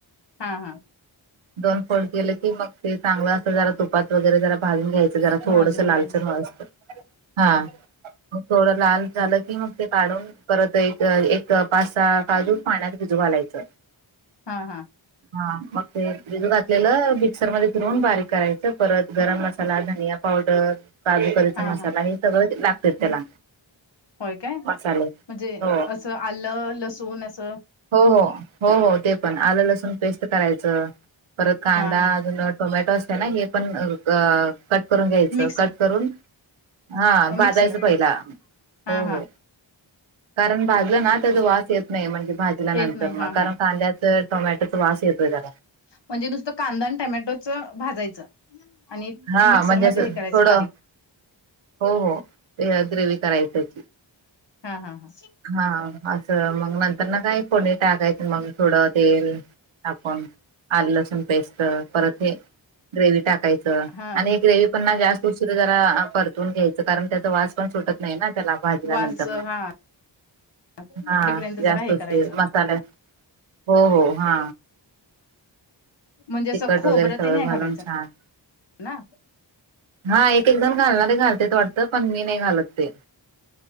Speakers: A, on the left; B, on the right.
A: हा हा
B: दोन फोड गेले की मग ते चांगलं अस जरा तुपात वगैरे जरा भागून घ्यायचं जरा थोडस
A: भाजून
B: लालचर
A: घ्यायच
B: व असत हा मग थोडं लाल झालं की मग ते काढून परत एक एक पासा काजू पाण्यात भिजू घालायचं
A: हा हा
B: हा म ते बिज घातलेलं मिक्सर मध्ये फिरून बारीक करायचं परत गरम मसाला धनिया पावडर काजू कीचा
A: हा
B: मसाला
A: हा
B: हे सगळं लागते त्याला
A: होय काय म्हणजे
B: मसाले हो
A: असं आलं लसूण असं
B: हो हो हो हो ते पण आलं लसूण पेस्ट करायचं परत कांदा
A: हा हा
B: अजून टोमॅटो असते ना हे पण कट करून घ्यायच
A: मिक्सर
B: कट करून हा भाजायचं
A: मिक्सर आहे
B: पहिला
A: हा
B: हो
A: हा
B: हो कारण भाजलं ना त्याचा वास येत नाही म्हणजे भाजल्यानंतर
A: येत नाही
B: म
A: हा
B: कारण
A: हा
B: कांद्याच टमॅटोचा वावास येतो आहे
A: म्हणजे नुसतं कांदा आणि टमॅटोच भाजायचं आणि
B: हा
A: मिक्सरमध्येध्ये
B: म्हणजे असं
A: हे करायचं
B: थोडं
A: बारीक
B: हो हो ग्रेवी कराय त्याची
A: हा हा हा
B: हा असं मग नंतर ना काय फोडणी टाकायचं मग थोडं तेल आपाण आल लसूण पेस्ट परत हे ग्रे् टाकायचे
A: हा
B: आणि ग्रेवी पण ना जास्त उ जरा परतवून घ्यायचं कारण त्याचा वास पण सुटत नाही ना त्याला भाजल्या
A: वास
B: नंतर म
A: हा वाटेपर्यंत
B: हा जास्त
A: जरा हे करायचं
B: मसाला हो हो हा
A: म्हणजे असं
B: तिकट
A: खोबरं
B: वगैरे सगळ
A: ते नाही घालायचं
B: घालून छान
A: ना
B: हा एक एक जण घालणार ते घालते वाडतं पण मी नाही घालत ते